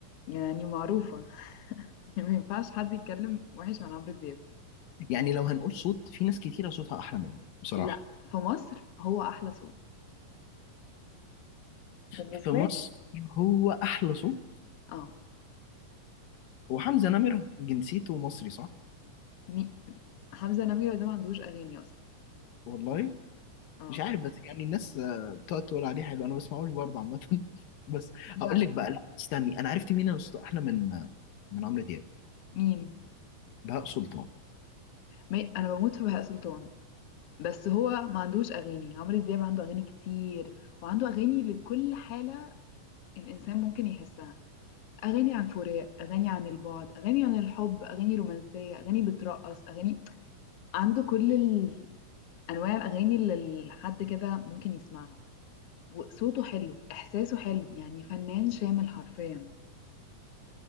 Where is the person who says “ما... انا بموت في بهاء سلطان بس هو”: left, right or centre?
Left